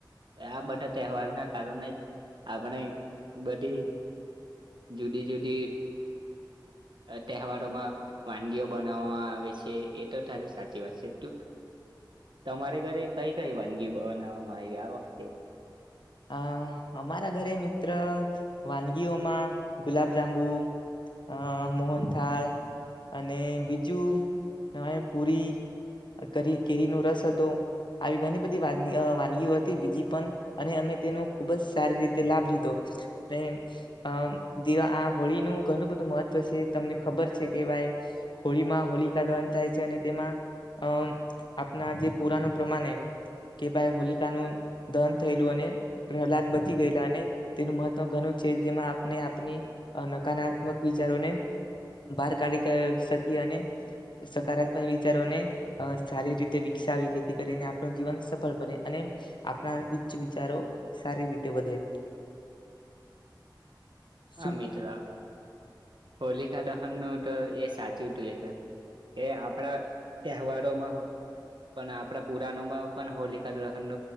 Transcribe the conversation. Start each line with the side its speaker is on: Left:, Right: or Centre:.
Right: આ બધાં તહેવારનાં કારણે જ આપણે બધી જુદી જુદી તહેવારોમાં વાનગીઓ બનાવવામાં આવે છે એ તો તારી સાચી વાત છે. તમારે ઘરે કઈ કઈ વાનગી બનાવવામાં આયવી આ વખતે? એ.
Left: આ અમારા ઘરે મિત્ર વાનગીઓમાં ગુલાબજાંબુ અ મોહનથાળ અને બીજું પૂરી કરી કેરીનો રસ હતો આવી ઘણી બ વાન અ વાનગીઓ હતી બીજી પણ અને અમે તેનો ખુબ જ સારી રીતે લાભ લીધો અને અ દીવા આ હોળીનુ ઘણું બધું મહત્વ છે તમને ખબર છે કે ભાઈ હોળીમાં હોળી દહન થાય છે અને તેમાં અ આપણા જે પુરાણ પ્રમાણે કે ભાઈ હોલિકાનુ દહન થયેલું અને હલાત બચી ગયલા અને તેનું મહવ ઘણું છે જેમાં આપણે આપની નકારાત્મક વિચારોને બહાર કાઢી શકીયે અને સકારાત્મક વિચારોને સારી રીતે વિકસાવે જેથી કરીને આપણું જીવન સફળ બને અને આપણા ઉચ્ચ વિચારો સારી રીતે વધે
Right: હા
Left: શું
Right: મિત્ર હોલિકા દહન નો તો એ સાચું હતું એ કે આપડા તહેવારોમાં પણ આપણા પુરાણમાં પણ હોલિકા દ્રહણ